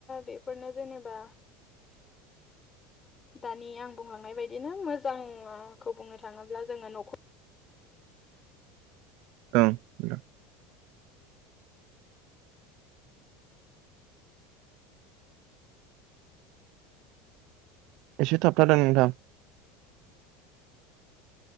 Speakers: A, on the left (about 20°); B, on the right (about 55°).
A: बेफोरनो जेनेबा दानि आं बुंलांनाय बायदिनो मोजांखौ बुंनो थाङोब्ला जोङो न'खर
B: ओं। नोंथां एसे थाबथादों नोंथां।